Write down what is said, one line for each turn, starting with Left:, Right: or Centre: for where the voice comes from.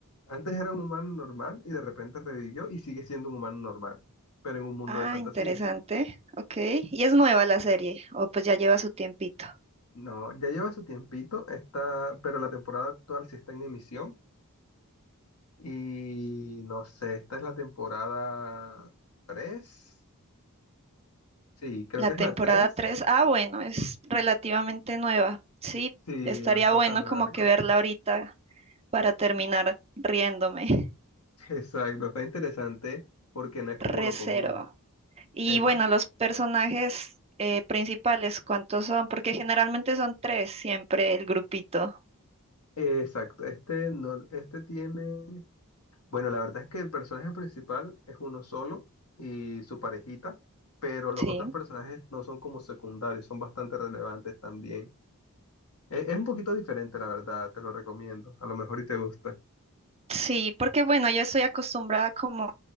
Left: Antes era un humano normal y de repente revivió y sigue siendo un humano normal, pero en un mundo
Right: Ah,
Left: de fantasía.
Right: interesante. Ok. Y es nueva la serie. O pues ya lleva su tiempito.
Left: No, ya lleva su tiempito, está, pero la temporada actual sí está en emisión. Y no sé, esta es la temporada tres Sí, creo
Right: La
Left: que
Right: temporada
Left: es la tres
Right: tres ah, bueno, es relativamente nueva. Sí,
Left: Sí,
Right: estaría
Left: no está
Right: bueno
Left: tan
Right: como
Left: largo.
Right: que verla ahorita para terminar riéndome.
Left: Exacto, está interesante porque
Right: <laughs>
Left: no es como
Right: Recero.
Left: lo común.
Right: Y
Left: Epa.
Right: bueno, los personajes eh, principales, ¿cuántos son? Porque generalmente son tres siempre el grupito.
Left: Exacto, este, no, este tiene... Bueno, la verdad es que el personaje principal es uno solo y su parejita, pero los
Right: Sí.
Left: otros personajes no son como secundarios, son bastante relevantes también. E- Es, un poquito diferente, la verdad, te lo recomiendo. A lo mejor y te gusta
Right: Sí, porque bueno, yo estoy acostumbrada como